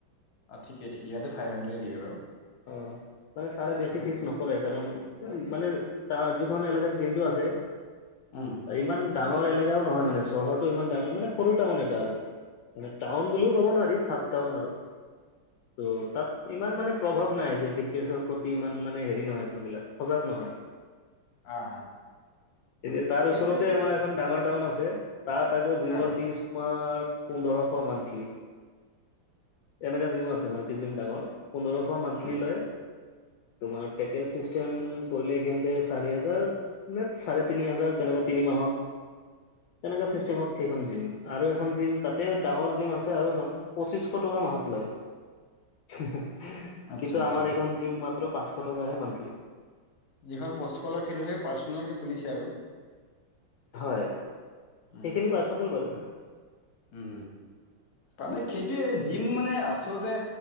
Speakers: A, on the left; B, on the left.
A: অহ, ঠিকে ঠিক। ইয়টো ফাইভ হাণ্ডেডেয়ে দিয়ে বাৰু।
B: অহ, মানে ছাৰে
A: তাৰপিছত
B: বেছি ফিজ নকৰে কাৰণ মানে তা যিখন এলোকাত জিমটো আছে
A: উম।
B: ইমান ডাঙৰ এলেকা এলেকাও নহয় মানে চহৰৰতটো ইমান ডাঙৰ মানে, সৰু টাউন এটা আৰু মানে। ডাউন বুলিওঁ ক'ব নোৱাৰি চাপ ডাউন আৰু কিন্তু তাত ইমান মানে প্ৰভাৱ নাই যে ফিটনেছৰ প্ৰতি ইমান মানে হেৰি নহয় মানুহবিলাক সজাগ নহয়।
A: আহ
B: এতিয়া তাৰ
A: সেইটোৱে
B: ওচৰতে আমাৰ এখন ডাঙৰ টাউন আছে। তাত আকৌ জিমৰ
A: অ
B: ফীজ তোমাৰ পোন্ধৰশ মান্থলি। এনেকুৱা জিমো আছে মাল্টি জিম ডাঙৰ পোন্ধৰশ মান্থলি
A: উম
B: লয়। তোমাৰ পেকেজ চিষ্টেম কৰিলে সিহঁতে চাৰি হেজাৰ নে চাৰে তিনি হাজাৰ তেনেকুৱা তিনি মাহত, তেনেকুৱা চিষ্টেমত সেইখন জিম। আৰু এখন জিম তাতে ডাঙৰ জিম আছে আৰু এখন পঁচিশ টকা মাহত লয়। <unintelligible>
A: আচ্ছা
B: কিন্তু
A: আচ্ছা
B: আমাৰ এইখন জিম মাত্ৰ পাঁচশ টকাহে মান্থলি।
A: যিখন পঁচিশ লয় সেইটো চাগে পাৰ্চনেলকে খুলিছে আৰু।
B: হয়।
A: উম
B: সেইখিনি পাৰ্ছনেল বাৰু।
A: উম', হয়, মানে সেইটোয়ে জিম মানে আচলতে